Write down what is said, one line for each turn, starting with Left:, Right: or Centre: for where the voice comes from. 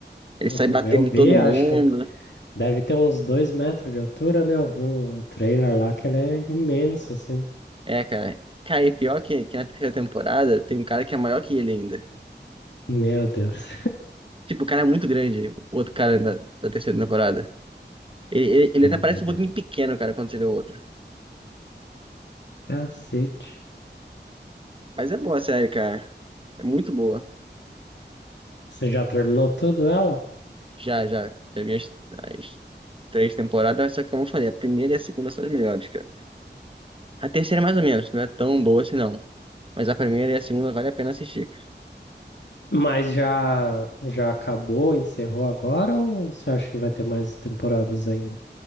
Right: Ele
Left: Uhum,
Right: sai batendo
Left: Eu vi,
Right: em todo
Left: acho
Right: mundo.
Left: que eu- deve ter uns dois metros de altura, né? Eu vi um trailer lá que ele é imenso, assim.
Right: É, cara. Cara, e pior que, que na terceira temporada tem um cara que é maior que ele ainda.
Left: Meu Deus.
Right: Tipo, o cara é muito grande, o outro cara da, da terceira temporada. Ele, ele- ele
Left: Que
Right: até
Left: doideira.
Right: parece um pouquinho pequeno, cara, quando você vê o outro.
Left: Cacete.
Right: Mas é boa a série, cara. É muito boa.
Left: Você já terminou tudo ela?
Right: Já, já. Já vi as, as três temporadas, só que como eu falei, a primeira e a segunda são as melhores, cara. A terceira, é mais ou menos, não é tão boa assim, não. Mas a primeira e a segunda vale a pena assistir.
Left: Mas já já acabou, encerrou agora ou você acha que vai ter mais temporadas ainda?